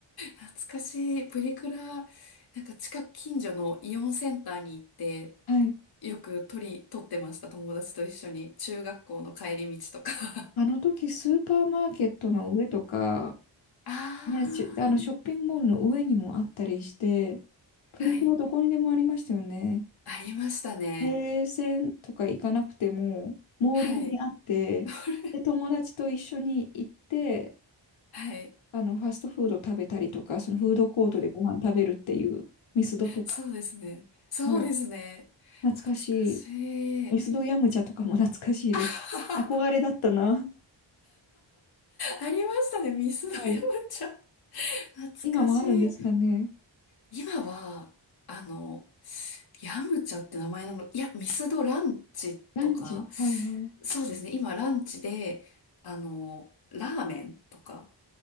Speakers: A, on the left; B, on the left.
A: 懐かしい。プリクラ、なんか近く近所のイオンセンターに行って、
B: はい。
A: よく撮り、撮ってました。友達と一緒に。中学校の帰り道とか。
B: あの時、スーパーマーケットの上とか、
A: <laughs> あ
B: ね、しあのショッピングモールの上にもあったりして、
A: ー、
B: プリクラどこにでもありましたよね。
A: はい。ありましたね。
B: ゲーセとか行かなくても、モールにあって、
A: はい。<laughs>
B: で、友達と一緒に行って、
A: はい。
B: あの、ファストフード食べたりとか、そのフードコートでご飯食べるっていう、ミスドとか、
A: そうですね。そうですね。
B: はい。懐かしい。
A: 懐かしい。
B: ミスドヤムチャとかも懐かしいです。
A: <laughs>
B: 憧れだったな。
A: ありましたね。ミスド山ちゃん。
B: はい。
A: 懐かしい。
B: 今もあるんですかね。
A: 今は、あの、ヤムチャって名前なの、いや、ミスドランチとか、
B: ランチ。はいはい。
A: そうですね、今ランチで、あの、ラーメンとか